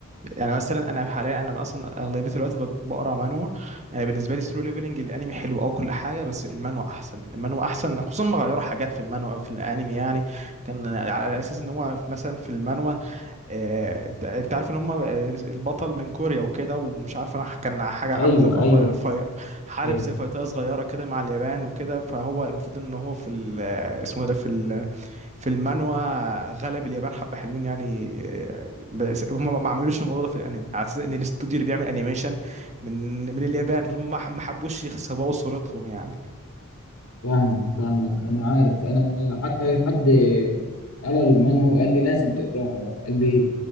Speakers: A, on the right; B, on the left.
A: يعني مثلا انا في حاليا انا اصلا اغلبيه الوقت بت- بقرا مانوا انا بالنسبه لي سولو ليفلنج الانمي حلو او كل حاجه بس المانوا احسن المانوا احسن خصوصا ما غيروا حاجات في المانوا في الانمي يعني كان على اساس ان هو في- مثلا في المانوا آه، انت انت عارف ان هم آه، البطل من كوريا وكده ومش عارف انا كان حاجه
B: ايوه
A: عامله زي فيطايه
B: ايوه
A: في حارب
B: ايوه
A: زي فيطايه صغيره كده مع اليابان وكده فهو المفروض ان هو في ال- آه، اسمه إيه ده في في المانوا غلب اليابان حبة حلوين يعني آه، بس هم ما عملوش الموضوع ده في الانمي على اساس ان الاستوديو اللي بيعمل انيميشن من من اليابان فهم ما ما حبوش يسوقوا صورتهم يعني
B: فاهمك فاهمك انا عارف انا حتى حد قال للمان هو قال لي لازم تقراها قال لي